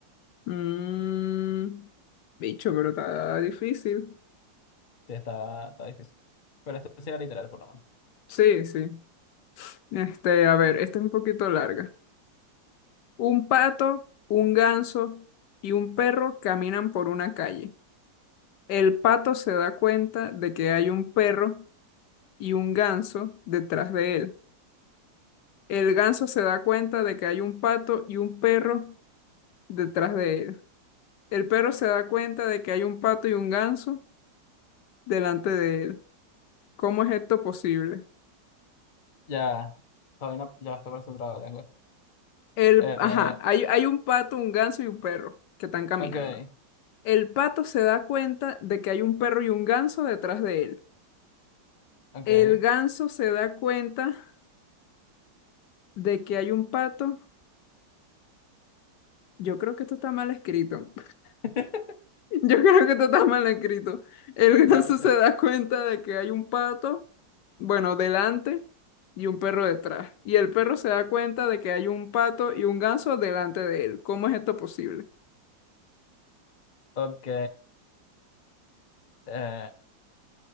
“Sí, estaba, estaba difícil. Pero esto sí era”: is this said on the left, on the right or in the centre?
Left